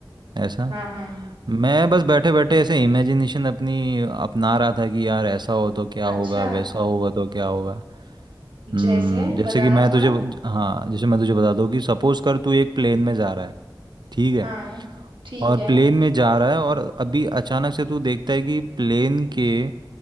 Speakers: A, on the right; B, on the right.
A: ऐसा
B: हाँ हाँ
A: मैं बस बैठे बैठे ऐसे इमेजिनेशन अपनी अपना रहा था कि यार ऐसा हो तो क्या
B: अच्छा
A: होगा वैसा होगा तो क्या होगा हम्म
B: जैसे
A: जैसे
B: बताना
A: कि मैं
B: थोड़ा
A: तुझे हाँ जैसे मैं तुझे बता दूँ कि सपोज कर तू एक प्लेन में जा रहा है ठीक है
B: हाँ ठीक
A: और
B: है
A: प्लेन में जा रहा है और अभी अचानक से तू देखता है कि प्लेन के